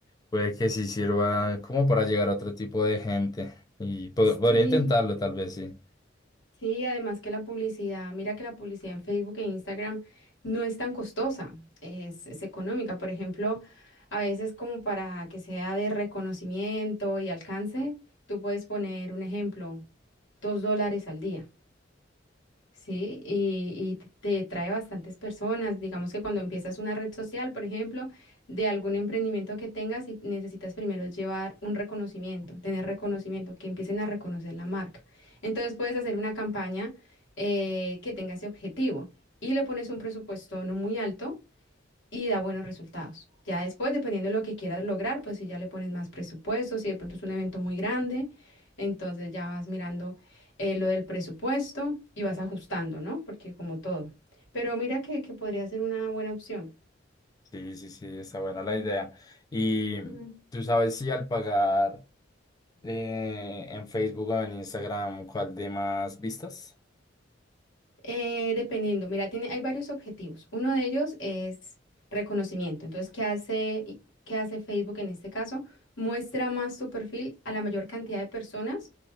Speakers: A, on the left (about 20°); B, on the left (about 80°).
A: puede que sí sirva como para llegar a otro tipo de gente. Y po-
B: Sí,
A: podría intentarlo, tal vez sí.
B: sí, además que la publicidad, mira que la publicidad en Facebook e Instagram no es tan costosa, es, es económica. Por ejemplo, a veces como para que sea de reconocimiento y alcance, tú puedes poner un ejemplo, dos dólares al día. Sí, y, y te trae bastantes personas. Digamos que cuando empiezas una red social, por ejemplo, de algún emprendimiento que tengas y necesitas primero llevar un reconocimiento, tener reconocimiento, que empiecen a reconocer la marca. Entonces puedes hacer una campaña eh, que tenga ese objetivo y le pones un presupuesto no muy alto y da buenos resultados. Ya después, dependiendo de lo que quieras lograr, pues si ya le pones más presupuesto, si de pronto es un evento muy grande, entonces ya vas mirando eh, lo del presupuesto y vas ajustando, ¿no? Porque como todo. Pero mira que, que podría ser una buena opción.
A: Sí, sí, sí, está buena la idea. Y
B: Ujú.
A: tú sabes si al pagar eh, en Facebook o en Instagram, ¿cuál de más vistas?
B: Eh, dependiendo, mira, tiene, hay varios objetivos. Uno de ellos es reconocimiento. Entonces, ¿qué hace, y- qué hace Facebook en este caso? Muestra más tu perfil a la mayor cantidad de personas